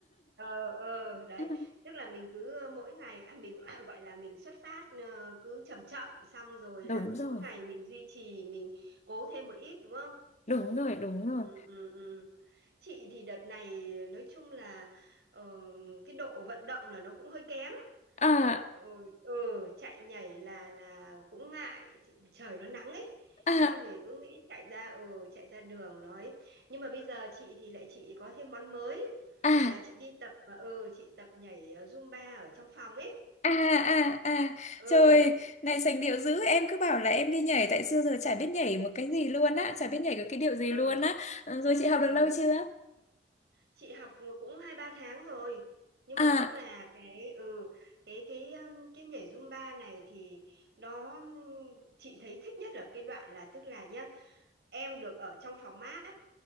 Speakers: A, on the right (about 65°); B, on the left (about 40°).
A: ờ ờ đấy
B: <laughs>
A: tức là mình cứ ờ, mỗi ngày à, mình <clears throat> gọi là mình xuất phát ờ, cứ chậm chậm xong rồi
B: Đúng
A: là cứ
B: rồi,
A: mỗi ngày mình duy trì mình cố thêm một ít đúng không
B: đúng rồi, đúng rồi.
A: ừ ừ ừ chị thì đợt này nói chung là ờ, cái độ vận động là nó cũng hơi kém
B: À,
A: ừ, ừ chạy nhảy là là cũng ngại chị- trời nó nắng ấy
B: à,
A: xong rồi cứ nghĩ chạy ra ừ chạy ra đường nói nhưng mà bây giờ chị thì lại chị có thêm món mới
B: à
A: là chị đi tập và ừ chị tập nhảy ờ, Zumba ở trong phòng ấy
B: À à à
A: ừ
B: Trời này sành điệu dữ Em cứ bảo là em đi nhảy Tại xưa giờ chả biết nhảy một cái gì luôn á Chả biết nhảy cái, cái điệu gì
A: ừ
B: luôn á Ừ, Rồi chị học được
A: ừ
B: lâu chưa
A: chị học cũng hai ba tháng rồi nhưng
B: À
A: mà tức là cái ừ cái cái um, cái nhảy Zumba này thì nó um, chị thấy thích nhất là cái đoạn là tức là nhá em được ở trong phòng mát